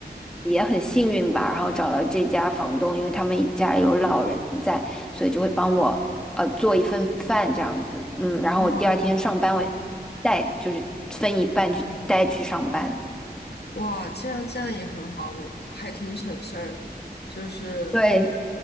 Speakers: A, in the centre; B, on the left.
A: 也很幸运吧，然后找到这家房东，因为他们家有老人在，所以就会帮我呃做一份饭这样子，嗯，然后我第二天上班我。
B: 哇
A: 带，就是分一半去带去上班。
B: 哇，这样这样也很好，我还挺省事儿的，就是
A: 对，